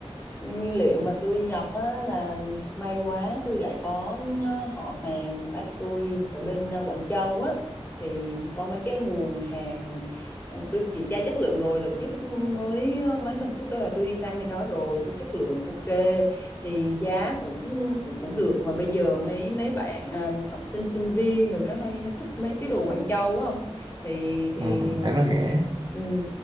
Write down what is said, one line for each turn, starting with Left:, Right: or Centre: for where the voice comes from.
Left: nguyên liệu mà tôi nhập á, là may quá tôi lại có ờ, họ hàng bác tôi ở bên ờ, Quảng Châu á thì có mấy cái nguồn hàng ờ, tôi kiểm tra chất lượng rồi đợt trước mới ờ, mấy tuần trước đó là tôi đi sang bên đó rồi thấy chất lượng ok thì giá cũng cũng cũng được mà bây giờ mấy mấy bạn à, học sinh sinh viên rồi đó hay hay thích mấy cái đồ Quảng Châu á không thì thì
Right: ừ, thấy nó rẻ
Left: ừ,